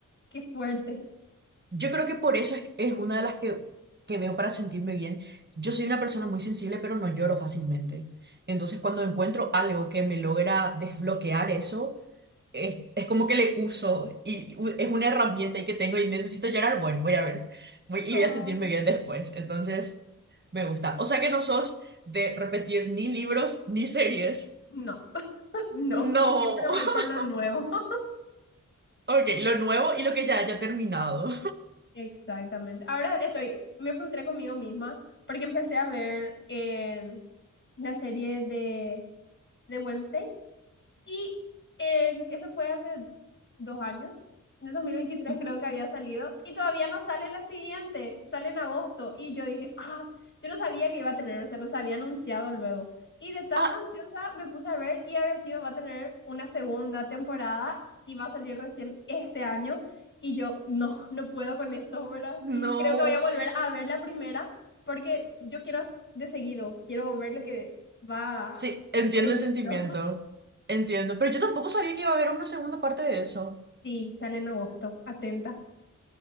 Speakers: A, on the left; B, on the right.
A: qué fuerte!
B: yo creo que por eso es, es una de las que, que veo para sentirme bien. Yo soy una persona muy sensible, pero no lloro fácilmente. Entonces, cuando encuentro algo que me logra desbloquear eso, es, es como que le uso y u- es una herramienta y que tengo y necesito llorar, bueno, voy a ver voy- y
A: Oh,
B: voy a sentirme bien después. Entonces, me gusta. O sea que no sos de repetir ni libros ni series.
A: no, <laughs> no,
B: No.
A: siempre voy
B: <laughs>
A: por lo nuevo. <laughs>
B: Ok, lo nuevo y lo que ya haya terminado.
A: Exactamente. Ahora estoy, me frustré conmigo misma porque empecé a ver eh, la serie de, de Wednesday. Y en- eso fue hace dos años. En el dos mil veintitrés
B: <laughs> Ujú.
A: creo que había salido. Y todavía no sale la siguiente. Sale en agosto. Y yo dije, ah, yo no sabía que iba a tener. O sea, no se había anunciado luego. Y de tan
B: Ah,
A: ansiosa me puse a ver y había sido, va a tener una segunda temporada y va a salir recién este año. Y yo, no, no puedo con esto, ¿verdad?
B: no.
A: Y creo que voy a volver a ver la primera porque yo quiero as- de seguido, quiero ver lo que va
B: Sí, entiendo
A: en
B: el sentimiento.
A: hilo.
B: Entiendo. Pero yo tampoco sabía que iba a haber una segunda parte de eso.
A: Sí, sale en agosto. Atenta.